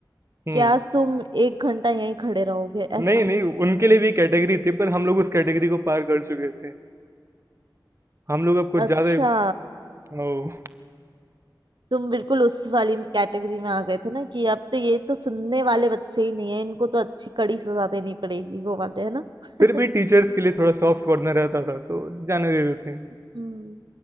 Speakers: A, on the right (about 35°); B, on the right (about 75°).
A: हम्म
B: कि आज तुम एक घंटा यहीं खड़े रहोगे ऐसा
A: नहीं नहीं उनके लिए भी कैटेगरी थी पर हम लोग उस कैटेगरी को पार कर चुके थे हम लोग अब कुछ
B: अच्छा
A: ज्यादा ही- ओ,
B: तुम बिल्कुल उस वाली कैटेगरी में आ गए थे ना कि अब तो ये तो सुनने वाले बच्चे ही नहीं है इनको तो अच्छी कड़ी सजा देनी पड़ेगी वो वाले है ना
A: फिर
B: <laughs>
A: भी टीचर्स के लिए थोड़ा सॉफ्ट कॉर्नर रहता था तो जाने देते थे
B: हम्म